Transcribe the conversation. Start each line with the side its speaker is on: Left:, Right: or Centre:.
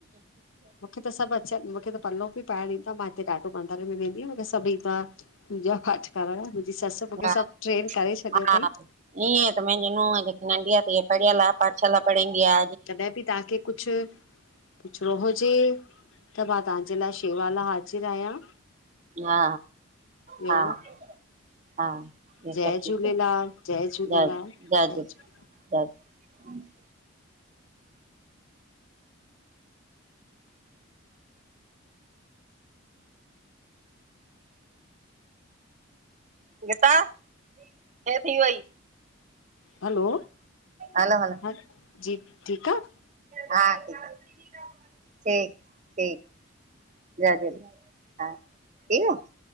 Left: मूंखे त सभु अचनि मूंखे त पल्व बि प ॾींद मां हिते ॾाढो मंदरे मे वेंदी मूंखे सभई ततां पूजा पाठ करा जी ससु मूंखे
Right: हा
Left: सभु ट्रेन करे छॾियो
Right: हा
Left: अथई
Right: ईअं त मुंहिंजी नूहं जेकी नंढीया ती पढ़ियल आहे पाठशाला पढाईंदीआ
Left: कॾहिं बि तव्हांखे कुझु पुछणो हुजे त मां तव्हांजे लाइ सेवा में हाज़िर आहियां
Right: हा
Left: ॿियो
Right: हा हा ॿियो सभु
Left: जय
Right: ठीक
Left: झूलेलाल
Right: आहे
Left: जय
Right: ज
Left: झूलेलाल
Right: जय झूलेलाल
Left: झूले
Right: <unintelligible> ज <inaudible> <unintelligible> हे थी वई
Left: हलो
Right: हलो हलो
Left: ह जी ठीकु आहे
Right: हा ठीकु आहे ठीक ठीक जय झूलेलाल हा ठीक आहे